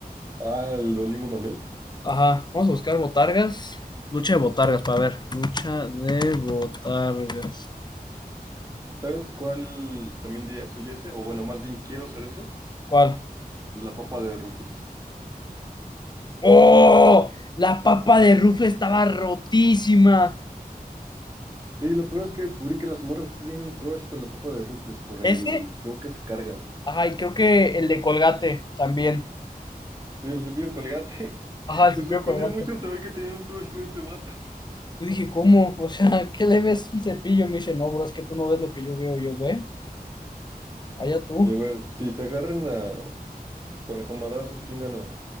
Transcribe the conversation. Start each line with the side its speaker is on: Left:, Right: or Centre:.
Right: Ah, el Duolingo Mamey.
Left: Ajá. Vamos a buscar botargas. Lucha de botargas, para ver. Lucha de botargas.
Right: ¿Sabes cuál también diría soy ese? O bueno, más bien quiero ser ese.
Left: ¿Cuál?
Right: La papa de Rufles.
Left: ¡Oh! La papa de Rufle estaba rotísima.
Right: Sí, lo peor es que descubrí que las morras sí tienen un crush con la papa de Rufles por
Left: Ese,
Right: el flow que se carga.
Left: ajá, y creo que el de Colgate también.
Right: Sí, el cepillo Colgate. <laughs>
Left: Ajá, el
Right: Me
Left: cepillo
Right: sorprendió
Left: de Colgate.
Right: mucho saber que tenían un crush con ese vato.
Left: Yo dije, ¿cómo? O sea, <laughs> ¿qué le ves un cepillo? Me dice, no, bro, es que tú no ves lo que yo veo. Yo, güey, allá tú.
Right: Y a ver, si se agarran a conejo madrazos, ¿quién gana?